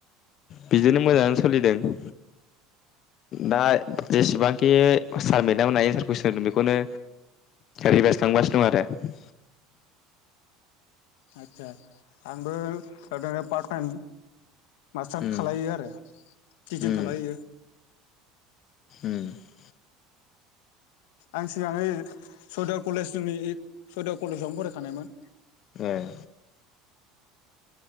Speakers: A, on the left; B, on the left.
A: बिदिनो मोजाङानो सोलिदों। दा जेसेबां के सार मेदाम मोना एन्सार कुइसन होदों बेखौनो रिभाइस खालामगासिनो दं आरो।
B: आतसा आंबो <unintelligible> पार्स टाइम मास्टार
A: उम
B: खालायो आरो टिचिं
A: उम
B: खालाय होयो।
A: उम
B: आं सिगाङै सरिदर उननि कलेज सरिदर कलेजावनो फरायखानायमोन।
A: ए